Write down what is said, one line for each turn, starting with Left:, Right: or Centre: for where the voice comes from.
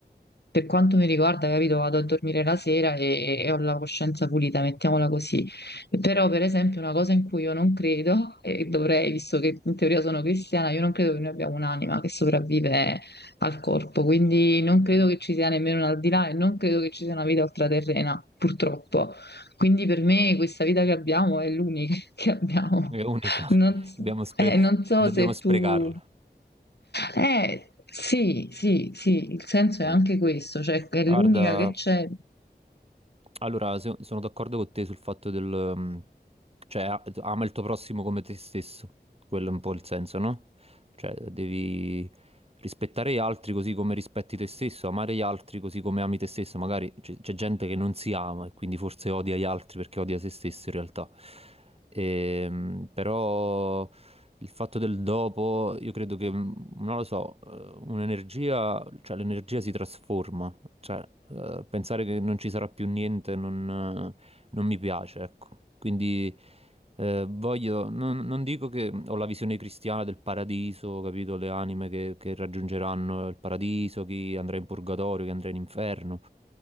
Left: per quanto mi riguarda, capito, vado a dormire la sera e, e ho la coscienza pulita, mettiamola così. Però, per esempio, una cosa in cui io non credo, e dovrei, visto che in teoria sono cristiana, io non credo che noi abbiamo un'anima che sopravvive al corpo, quindi non credo che ci sia nemmeno un al di là e non credo che ci sia una vita ultraterrena, purtroppo. Quindi per me questa vita che abbiamo è l'unica <laughs> che abbiamo.
Right: È unica,
Left: Non,
Right: <laughs>
Left: s-
Right: dobbiamo, spre-
Left: eh, non so
Right: dobbiamo
Left: se
Right: sprecarla.
Left: tu... Eh, sì, sì, sì, il senso
Right: Sì.
Left: è anche questo, cioè che è
Right: Guarda.
Left: l'unica che c'è,
Right: Allora, se- sono d'accordo con te sul fatto del... ehm, cioè, a- ama il tuo prossimo come te stesso. Quello è un po' il senso, no? Cioè, devi rispettare gli altri così come rispetti te stesso, amare gli altri così come ami te stesso. Magari c'è c'è gente che non si ama e quindi forse odia gli altri perché odia se stesso in realtà. Ehm, però il fatto del dopo, io credo che, mm, non lo so, eh, un'energia, cioè l'energia si trasforma. Cioè, eh, pensare che non ci sarà più niente non, eh, non mi piace, ecco. Quindi eh, voglio, non, non dico che ho la visione cristiana del paradiso, capito? Le anime che, che raggiungeranno il paradiso, chi andrà in purgatorio, chi andrà in inferno.